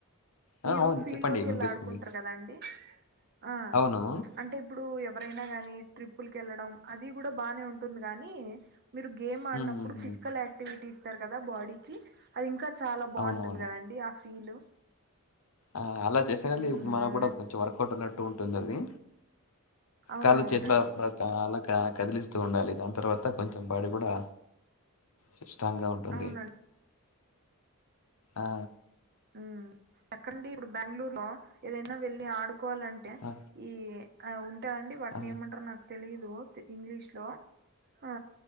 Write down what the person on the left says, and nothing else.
ఆ అవును
చెప్పండి
వినిపిస్తుంది
అవును
ఉమ్ ఉమ్,
ఉమ్.
అవునవును
ఆ అలా చేసేనండి
మనకు
కూడా కొంచెం వర్కౌట్ ఉన్నట్టు ఉంటుంది అది
కాళ్ళు చేతులు అప్పుడక అలా కదిలిస్తూ ఉండాలి దాని తర్వాత కొంచెం బాడీ కూడా సిస్టంగా ఉంటుంది
ఆ
ఆ!
ఆ!